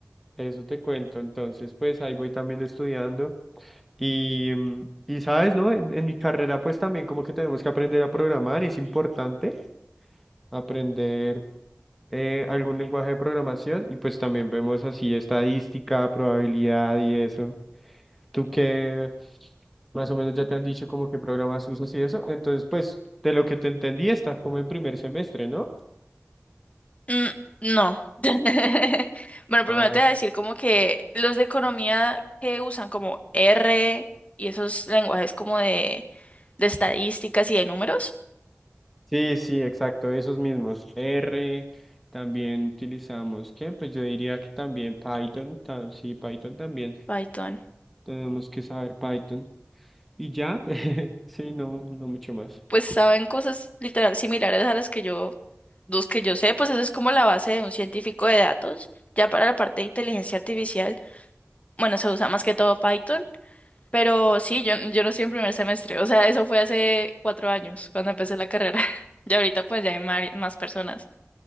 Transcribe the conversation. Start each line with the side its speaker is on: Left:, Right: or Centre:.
Centre: eso te cuento. Entonces, pues ahí voy también estudiando. Y, mm, y sabes, ¿no? En, en mi carrera, pues también como que tenemos que aprender a programar. Es importante aprender eh, algún lenguaje de programación. Y pues también vemos así estadística, probabilidad y eso. tú que más o menos ya te han dicho como que programas usas y eso, entonces pues de lo que te entendí estás como en primer semestre, ¿no?
Left: Mm, no. <laughs> Bueno, primero
Centre: Ah,
Left: te voy a decir como que los de economía que usan como R y esos lenguajes como de, de estadísticas y de números.
Centre: sí, sí, exacto, esos mismos. R, también utilizamos, ¿qué? Pues yo diría que también Python, ta- sí, Python también.
Left: Python.
Centre: Tenemos que saber Python. Y ya, <laughs> sí, no, no mucho más.
Left: Pues saben cosas literal similares a las que yo, los que yo sé, pues eso es como la base de un científico de datos. Ya para la parte de inteligencia artificial, bueno, se usa más que todo Python, pero sí, yo, yo no estoy en primer semestre, o sea, eso fue hace cuatro años cuando empecé la carrera. <laughs> Y ahorita pues ya hay mari- más personas,